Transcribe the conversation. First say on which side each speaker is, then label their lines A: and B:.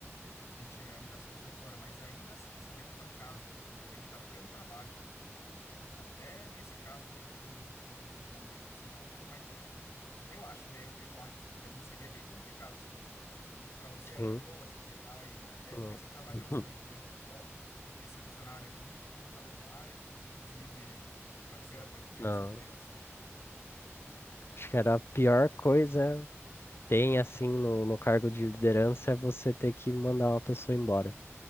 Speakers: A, on the left; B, on the left.
A: Então tinha que chegar e mandar essa pessoa embora. Mas ainda assim, sabendo que é um caso, tipo assim, alguém que tá dando trabalho. Até nesse caso, para você fazer um, des- um desligamento, assim, é um pouco mais, assim. Eu acho, né? Eu, eu acho que para mim seria bem complicado, assim. Para você era
B: sim.
A: de boa você chegar e até
B: Hum.
A: nessas avaliações
B: <laughs>
A: mesmo, tipo, ó, esse funcionário aqui não tá dando mais, preciso que desligue ele. Para você era tranquilo,
B: Não,
A: assim, ter essa.
B: acho que era a pior coisa. Tem assim no, no cargo de liderança é você ter que mandar uma pessoa embora.